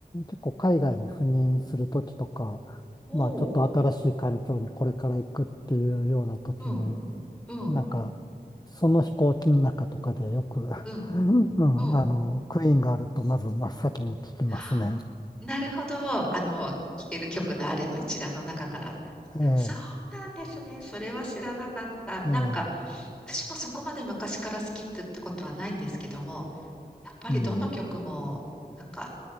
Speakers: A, on the left; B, in the centre.
A: 結構海外に赴任するときとか、
B: おう。
A: まあ、ちょっと新しい環境にこれから行くっていうようなときに、
B: うん、うん、
A: なんか、その飛行機の中とかでよく、<laughs>
B: うん、
A: うん、
B: うん。
A: あの、クイーンがあると、まず真っ先に聞きますね。
B: <gasps> なるほど。あの、聴ける曲のあれの一覧の中から。
A: ええ、
B: そうなんですね。それは知らなかった。なんか、
A: ええ、
B: 私もそこまで昔から好きって、ってことはないんですけども、やっぱりどの曲も、
A: うん。
B: なんか、